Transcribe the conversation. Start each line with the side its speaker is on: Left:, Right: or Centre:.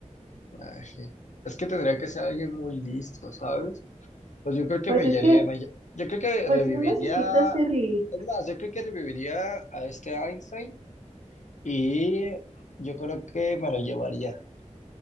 Left: Ay, es que tendría que ser alguien muy listo, ¿sabes? Pues yo creo que
Right: Pues
Left: me guiaría,
Right: es que,
Left: me guia- yo creo que
Right: pues
Left: reviviría,
Right: no necesito ser lista.
Left: es más, yo creo que reviviría a este Einstein y yo creo que me lo llevaría.